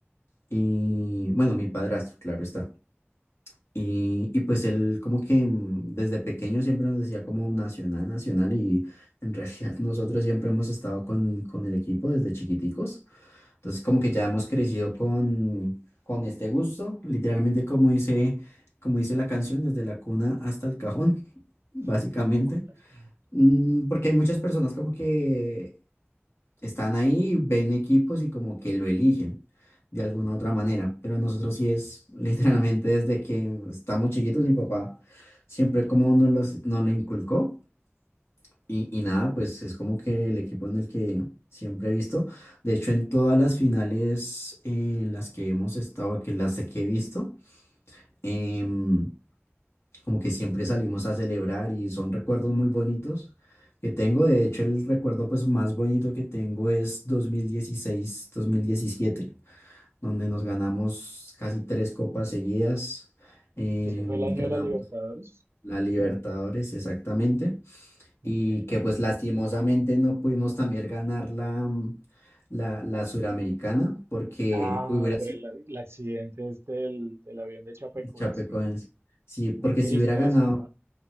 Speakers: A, on the left (about 75°); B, on the right (about 70°).
A: Y bueno, mi padrastro, claro está. Y, y pues él como que mm, desde pequeño siempre nos decía como nacional, nacional y en realidad <laughs> nosotros siempre hemos estado con, con el equipo desde chiquiticos. Entonces, como que ya hemos crecido con, con este gusto, literalmente como dice, como dice la canción, desde la cuna hasta el cajón, <laughs> básicamente.
B: <laughs> De la Copa del Cabo.
A: Mm, porque hay muchas personas como que están ahí, ven equipos y como que lo eligen de alguna u otra manera, pero nosotros sí es <laughs> literalmente desde que estamos chiquitos, mi papá siempre como nos los- nos lo inculcó. Y, y nada, pues es como que el equipo en el que siempre he visto. De hecho, en todas las finales eh, en las que hemos estado, que las que he visto, em, como que siempre salimos a celebrar y son recuerdos muy bonitos que tengo. De hecho, el recuerdo pues más bonito que tengo es dos dos mil dieciséis mil diecisiete donde nos ganamos casi tres copas seguidas. em,
B: Ese fue el año
A: ganamos
B: de la Libertadores.
A: la Libertadores, exactamente
B: Ok.
A: y que pues lastimosamente no pudimos también ganar la, mm, la, la Suramericana porque
B: Ah,
A: hubiera
B: por
A: sido
B: el, el accidente este del, del avión de Chapecoense.
A: el Chapecoense. Sí, porque
B: Muy triste
A: si hubiera ganado,
B: eso, ¿no?